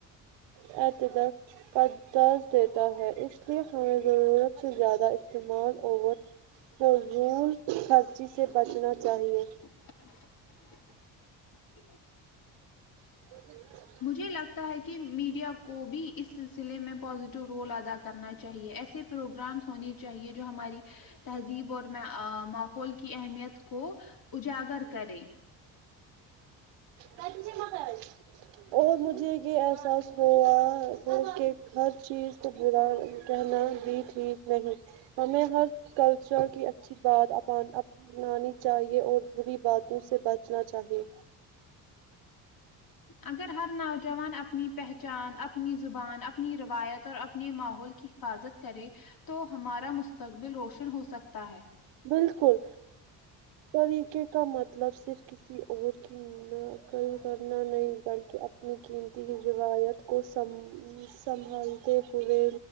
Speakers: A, on the right (about 85°); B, on the left (about 50°).
A: اورت انداز دیتا ہے اس لیے ہمیں ضرورت سے زیادہ استعمال اورت فضول خرچی سے بچنا چاہیے
B: ج <unintelligible>
A: جی
B: مجھے لگتا ہے کہ میڈیا کو بھی اس سلسلے میں پزیٹو رول ادا کرنا چاہیے ایسے پروگرامس ہونے چاہیے جو ہماری تہذیب اور ماحول کی اہمیت کو اجاگر کرے
A: ہاں اور مجھے یہ احساس ہوا وہ کہ ہر چیز تب کہنا بھی ٹھیک نہیں ہمیں ہر کلچر کی اچھی بات اپ اپنانی چاہیے اور بری باتوں سے بچنا چاہیے
B: اگر ہر نوجوان اپنی پہچان اپنی زبان اپنی روایت اور اپنے ماحول کی حفاظت کرے تو ہمارا مستقبل روشن ہو سکتا ہے
A: بالکل طریقے کا مطلب صرف کسی اور کی ک کرنا نہیں بلکہ اپنی قیمتی روایت کو سمجھنے سنبھالتے ہوئے